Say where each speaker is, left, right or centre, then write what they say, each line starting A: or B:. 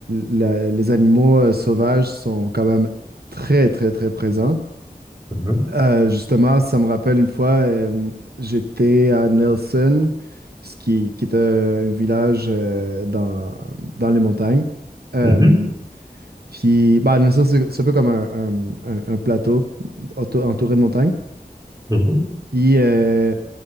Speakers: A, on the right; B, on the right.
A: la- les animaux euh, sauvages sont quand même très, très, très présents.
B: Mhm,
A: Euh, justement, ça me rappelle une fois, euh, j'étais à Nelson, ce qui, qui est euh, un village euh, dans, dans les montagnes. Euh,
B: mhm,
A: puis, bah, Nelson, c'est c'est un peu comme un, un- un- un plateau auto- entouré de montagnes.
B: mhm,
A: Puis, euh,